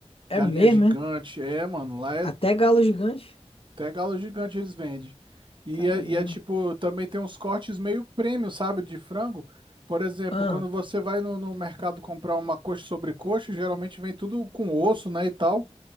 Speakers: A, on the left; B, on the right.
A: é
B: galinha
A: mesmo,
B: gigante.
A: é?
B: É, mano, lá é
A: Até galo gigante?
B: até galo gigante eles vendem. E
A: Caramba.
B: é, e é tipo, também tem uns cortes meio premium, sabe, de frango. Por exemplo,
A: Ah,
B: quando você vai no, no mercado comprar uma coxa sobre coxa, geralmente vem tudo com osso, né, e tal.